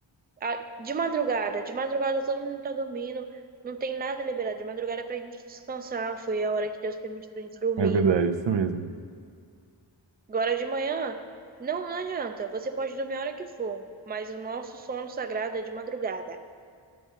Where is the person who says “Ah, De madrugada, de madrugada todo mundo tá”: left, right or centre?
Right